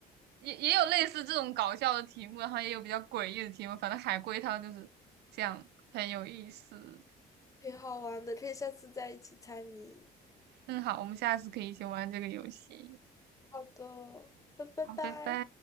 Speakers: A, on the right; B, on the left.
A: 也也有类似这种搞笑的题目，然后也有比较诡异的题目，反正海龟汤就是这样，很有意思。
B: 挺好玩的，可以下次再一起猜谜。
A: 嗯，好，我们下次可以一起玩这个游戏。
B: 好的，那拜拜。
A: 好，拜拜。